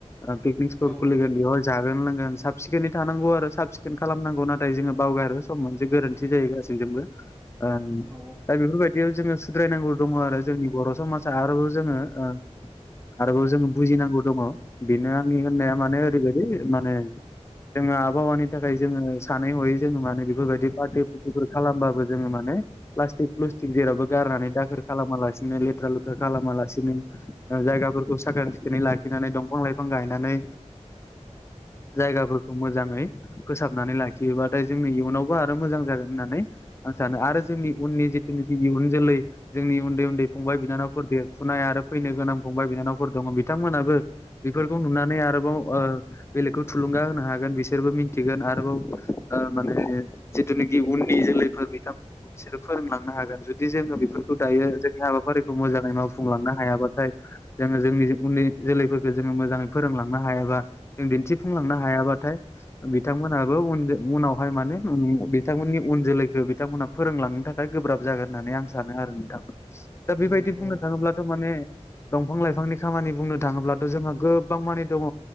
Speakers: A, on the left (about 20°); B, in the centre.
A: ओ पिकनिक स्पट
B: औ
A: खुलिगोन बेयावहाय जागो गोन लोंगोन साब सिखोनै थानांगौ आरो साब सिखोन खालामनांगौ नाथाय जोङो बावगारो सम मोनसे गोरोन्थि जाहैगासिनो बो ओ
B: औ
A: दा बेफोरबायदियाव जोङो सुद्रायनांगौ दङ आरो जोंनि बर समाजा आरोबाव जोङो ओ आरोबाव
B: औ
A: जों बुजिनांगौ दङ बेनो आंनि होननाया
B: औ
A: माने ओरैबाय दि माने जोङो आबहावानि थाखाय जोङो सानै हयै जोङो माने बेफोरबायदि प्लास्टिक पुस्टिकफोर खालामबाबो जोङो माने प्लास्टिक प्लुस्टिक जेरावबो गारनानै दाखोर खालामालासिनो लेथ्रा लुथ्रा खालामा लासिनो बिनो जायगाफोरखौ साखोन सिखोनै लाखिनानै दंफां लाइफां गायनानै जायगाफोरखौ मोजाङै फोसाबनानै लाखियोबाथाय जोंनि इयुनावबो आरो मोजां जागोन होननानै आं सानो आरो जोंनि उननि जिथुनाखि इयुन जोलै जोंनि उन्दै उन्दै फंबाय
B: औ
A: बिनानावफोर देरफुनाय आरो फैनो गोनां फंबाय बिनानावफोर दङ बिथांमोनाबो बेफोरखौ नुनानै आरोबाव ओ बेलेगखौ थुलुंगा होनो हागोन बिसोरबो मिथिगोन आरोबाव माने जिथुनाखि उननि जोलैफोर बिथांमोनखौ बिसोरो फोरोंलांनो हागोन जुदि जोङो बेफोरखौ दायो जोंनि हाबाफारिखौ मोजाङै मावफुंलांनो हायाबाथाय जोङो जोंनि उन्दै जोलैफोरखौ जोङो मोजाङै फोरोंलांनो हायाबा जों दिन्थि सुफुंलांनो
B: औ
A: हायाबाथाय बिथांमोनाबो उन उनावहाय माने बिथांमोननि उन जोलैखौ बिथांमोनहा फोरोंलांनो थाखाय गोब्राब जागोन होननानै आं सानो आरो नोंथां दा बेबायदि
B: औ नंगौ
A: बुंनो
B: नोंथां
A: थाङोब्लाथ' माने दंफां लाइफांनि खामानि बुंनो थाङोब्ला जोंहा गोबां मानि दङ